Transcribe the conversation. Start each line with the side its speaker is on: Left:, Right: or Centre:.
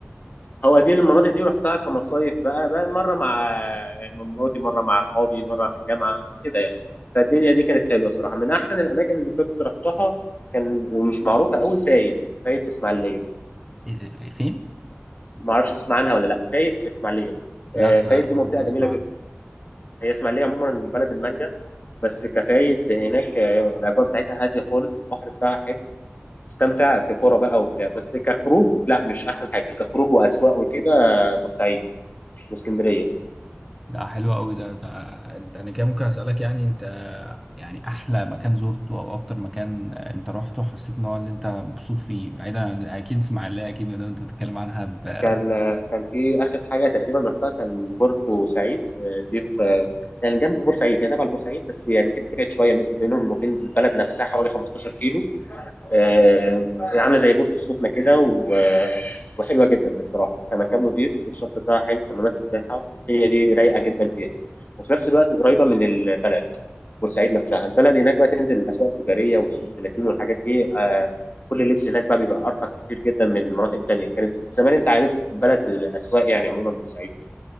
Left: هو دي المناطق دي رحتها كمصايف بقى بقى مرة مع يعني مع مراتي مرة مع أصحابي مرة في الجامعة كده يعني فالدنيا دي كانت حلوة صراحة من أحسن الأماكن اللي كنت رحتها كان ومش معروفة قوي فايد فايد في اسماعيلية
Centre: إيه- إيه- فين؟
Left: ما أعرفش تسمع عنها ولا لا فايد في اسماعيلية
Centre: لا
Left: آه، فايد
Centre: انا أول
Left: دي منطقة
Centre: مرة
Left: جميلة
Centre: اسمع عنه
Left: جدا هي اسماعيلية عموما بلد المانجا بس كفايد هناك آه، الاجواء بتاعتها هاديه خالص والبحر بتاعها حلو تستمتع في كوره بقى وبتاع بس كخروج لا مش احسن حاجه كخروج واسواق وكده آه، بورسعيد واسكندريه
Centre: ده حلو قوي ده ده انت انا كده ممكن اسالك يعني انت يعني احلى مكان زرته او اكتر مكان انت رحته حسيت ان هو اللي انت مبسوط فيه بعيدا عن اكيد اسماعيليه اكيد ما دام انت بتتكلم عنها بحب
Left: كان آه، كان في اخر حاجه تقريبا رحتها كان بورتو سعيد آه، دي في آه، يعني جنب بورسعيد هي تبع بورسعيد بس يعني تبعد شويه بينهم وبين البلد نفسها حوالي 15 كيلو آه، عامله زي بورتو السخنه كده و... آه، وحلوه جدا بصراحه كمكان نضيف والشط بتاعها حلو حمامات سباحه الدنيا دي رايقه جدا فيها وفي نفس الوقت قريبه من البلد بورسعيد نفسها البلد هناك بقى تنزل الاسواق التجاريه والسوق 30 والحاجات دي آه، كل اللبس هناك بقى بيبقى ارخص كتير جدا من المناطق التانيه كانت زمان انت عارف بلد الاسواق يعني عموما بورسعيد